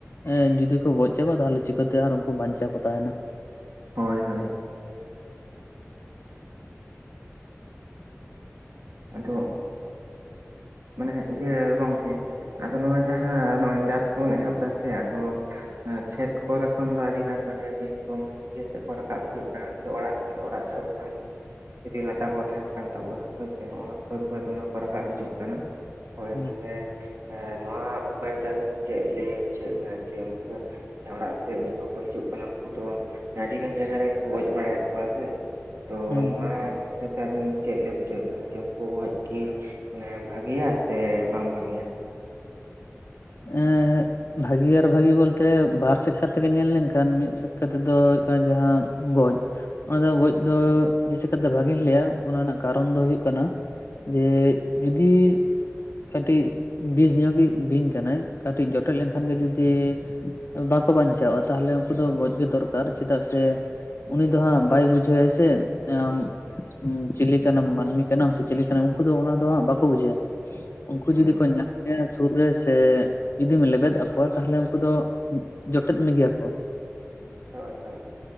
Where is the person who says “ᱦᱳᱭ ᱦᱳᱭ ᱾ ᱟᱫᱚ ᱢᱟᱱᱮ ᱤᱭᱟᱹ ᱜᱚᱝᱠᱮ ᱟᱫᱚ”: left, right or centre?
Right